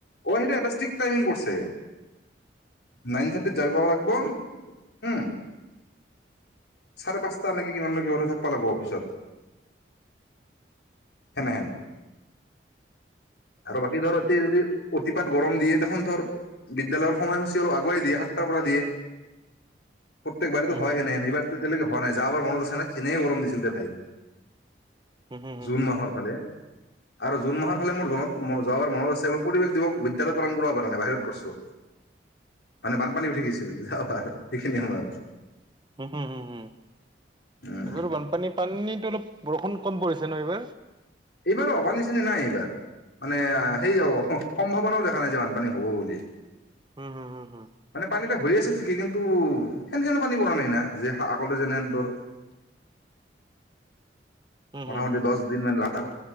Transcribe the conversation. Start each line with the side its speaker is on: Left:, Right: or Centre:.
Left: অ সেইটো এটা ষ্ট্ৰিক টাইমিং কৰিছে নাইন থাৰ্টিত যাই পাব লাগিব উম চাৰে পাঁচটা ননেকে কিমান লকে ঘ থাক পালাগ অফিচত এেনেহে আৰু বাকী ধৰ এতিয়া যদি অতিপাত গৰম দিয়ে তেখোন ধৰ বিদ্যালয়ৰ সময়সূচী আৰু আগুৱাই দিয়ে সাতটাৰ পৰা দিয়ে প্ৰত্যেকাৰাৰেো
Right: হুম
Left: হয়ে
Right: হুম,
Left: নহে এইবাৰ কেনেকে বনাই য আাৰনতছে নাইি এনেই গৰম দিছিল দে ভাই
Right: হুম হুম হুম
Left: জুন
Right: হুম,
Left: মাহৰ ফালে আৰু জুন মাহৰ ফালে মোৰত যাবাৰ মনত আছে মই পৰিৱেশ দিৱস বিদ্য়ালয়ত পালন কৰিব পৰা নাই বাহিৰত কৰিছো মানে বানপানী উঠি গিছিল যাবাৰ সেইখিনিয়ে
Right: উম হম হম হম
Left: উম
Right: এইবাৰ বানপানী পানীটো অলপ বৰষুণ কম পৰিছে ন এইবাৰ
Left: এইবাৰ অবা নিচিনি নাই এইবাৰ মানে সেই অ সম্ভৱ কোনেও দেখা নাই যে বানপানী হ'ব বুলি
Right: উম হম হম হম
Left: মানে পানীটা হৈ আছে ঠিকেই কিন্তু সেন সেন পানী পৰা নাই না যে আগতে যেনেহেন তৰ
Right: হুম
Left: মোটামুটি
Right: হুম হুম,
Left: দহ দিন মান লাগ